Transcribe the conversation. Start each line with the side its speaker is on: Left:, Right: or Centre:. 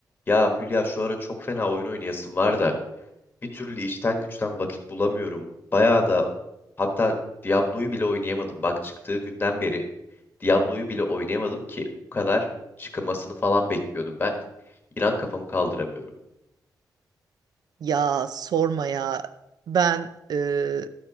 Left: Ya Hülya şu ara çok fena oyun oynayasım var da bir türlü işten güçten vakit bulamıyorum. Bayağı da hatta Diablo'yu bile oynayamadım. Bak çıktığı günden beri Diablo'yu bile oynayamadım ki o kadar çıkmasını falan bekliyordum ben. İnan kafamı kaldıramıyorum.
Right: Ya sorma ya. Ben e,